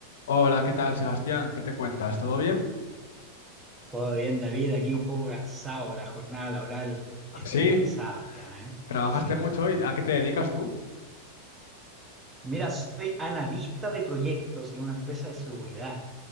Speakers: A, on the left; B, on the right.
A: Hola, ¿qué tal, Sebastián? ¿Qué te cuentas? ¿Todo bien?
B: Todo bien, David, aquí un poco cansado, la jornada laboral estuvo
A: Sí,
B: pesada ya, ¿eh?
A: trabajaste
B: Sí.
A: mucho hoy. ¿A qué te dedicas tú?
B: Mira, soy analista de proyectos en una empresa de seguridad,